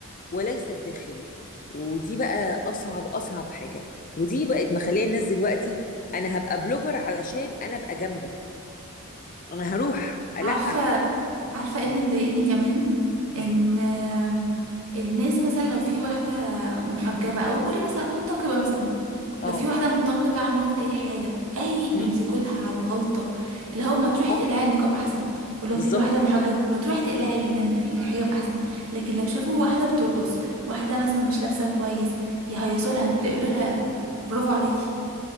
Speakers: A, on the left; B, on the right.
A: وليس الداخلي ودي بقى اصعب اصعب حاجة ودي بقت مخليه الناس دلوقتي انا هبقى بلوجر علشان انا ابقى جامدة انا هروح القح
B: عارفة عارفة ايه
A: م.
B: اللي مضايقني كمان ان
A: ايه
B: آم، الناس مثلا لو في واحدة محجبة او قولي مثلا منتقبة مثلا
A: اه
B: لو في واحدة منتقبة عملت اي حاجة اي بيمسكوا
A: م.
B: لها على الغلطة اللي هو ما تروحي
A: اه
B: تقلعي النقاب احسن ولو
A: بالظبط
B: في واحدة محجبة ما تروحي تقلعي ال- الحجاب احسن لكن لو شافوا واحدة بترقص واحدة مثلا مش لابسة كويس يهيصوا لها يقولوا لها برافو عليكي